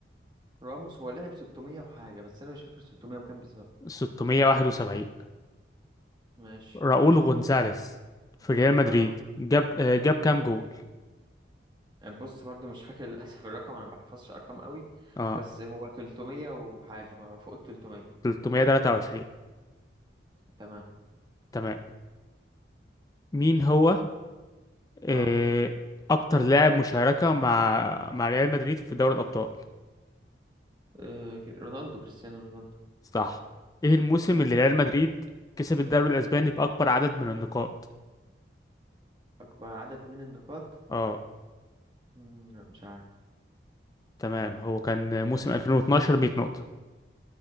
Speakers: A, on the right; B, on the left.
A: راموس هو لعب 600 وحاجة بس أنا مش فاكر 600 وكام بالظبط
B: 671
A: ماشي
B: راؤول غونزاليس في ريال مدريد
A: اه
B: جاب آه، جاب كام جول
A: بص برضو مش فاكر <laughs> للأسف الرقم أنا ما بحفظش أرقام قوي
B: اه
A: بس هو 300 وحاجة بقى، هو فوق ال 300
B: 323
A: تمام
B: تمام مين هو آه،
A: اه
B: اكتر لاعب مشاركة مع مع ريال مدريد في دوري الابطال
A: آه، كي- رونالدو كريستيانو رونالدو
B: صح ايه الموسم اللي ريال مدريد كسب الدوري الاسباني باكبر عدد من النقاط
A: أكبر عدد من النقاط
B: اه
A: مم، لا مش عارف
B: تمام هو كان موسم 2012 100 نقطة